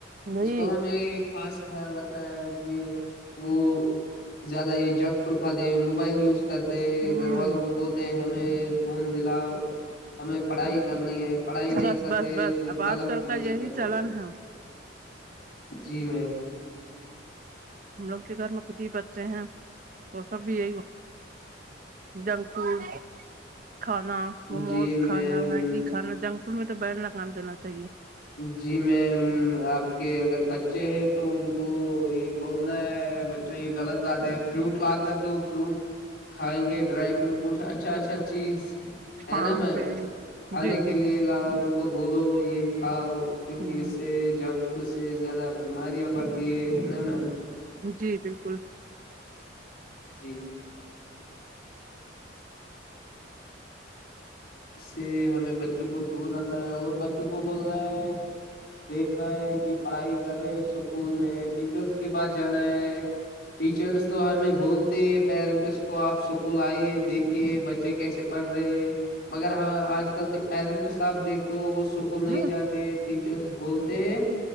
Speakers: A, on the right (about 45°); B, on the left (about 45°).
A: ہ
B: اس
A: جی
B: پر ہمیں خاص خیال رکھنا ہے کہ وہ زیادہ یہ جنک فوڈ کھاتے ہیں موبائل یوز کرتے ہیں
A: ہ
B: گھر والوں کو بول ہمیں فون دلاؤ ہمیں پڑھائی کرنی ہے پڑھائی نہیں
A: بس
B: کرتے
A: بس بس
B: کچھ
A: اب آج
B: غلط
A: کل
B: یوز
A: کا یہی
B: کرتے
A: چلن ہے
B: جی میم
A: ہم لوگ کے گھر میں خود ہی بچے ہیں وہ سب بھی یہی وہ جنک فوڈ کھانا موموز
B: جی میم
A: کھانا میگی کھانا جنک اسکول میں تو بیین لگال دا چاہیے
B: جی میم آپ کے اگر بچے ہیں تو ان کو یہ بولنا ہے بچوں یہ غلط بات ہے فروٹ لا کر دو فروٹ کھائیں گے ڈرائی فروٹ کچھ اچھا اچھا چیز ہے
A: ہاں
B: نا میم
A: جی
B: کھانے
A: جی جی
B: کے لیے لاؤ ان کو بولو یہ کھاؤ کیونکہ
A: ہ
B: اس سے جنک فوڈ سے زیادہ بیماریاں بڑھتی ہے نا میم
A: جی بالکل
B: جی اس سے ہمیں بچوں کو دور رکھنا ہے اور بچوں کو بولنا ہے دیکھ رہا ہے کہ پڑھائی کر رہے اسکول میں ٹیچرس کے پاس جانا ہے ٹیچرس تو ہمیں بولتے ہے پیرنٹس کو آپ اسکول آئیے دیکھیے بچے کیسے پڑھ رہے مگر ہ آج کل کے پیرنٹ صاحب دیکھو وہ اسکول نہیں
A: ہ
B: جاتے ٹیچرز بولتے ہیں